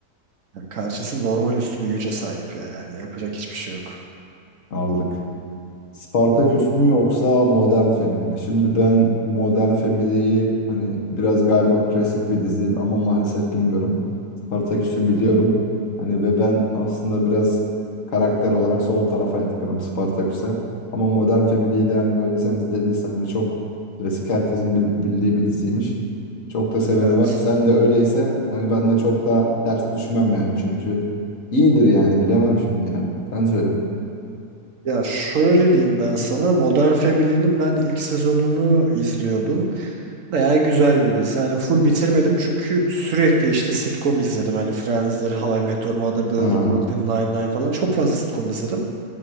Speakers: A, on the right; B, on the left.
A: Ya karşısı normal üstü bir güce sahip ya yani yapacak hiçbir şey yok.
B: Aldık. Spartaküs mü yoksa Modern Family mi? Şimdi ben Modern Family'yi hani biraz galiba klasik bir dizi ama maalesef bilmiyorum. Spartaküs'ü biliyorum.
A: Hı hı.
B: Hani ve ben aslında biraz karakter olarak sol tarafa yatkınım Spartaküs'e. Ama Modern Family'yi de hani böyle sen izlediysen ve çok klasik herkesin bil- bildiği bir diziymiş. Çok da seveni
A: Evet.
B: var. Sen de öyleyse hani ben de çok da ters düşmem yani çünkü iyidir yani bilemem şimdi yani. Sen söyle.
A: Ya şöyle diyeyim ben sana Modern Family'nin ben ilk sezonunu izliyordum. Bayağı güzel bir dizi. Yani full bitirmedim çünkü sürekli işte sitcom izledim. Hani Friends'dir, How I Met Your Mother'dır,
B: Ha.
A: Brooklyn Nine-Nine falan çok fazla sitcom izledim.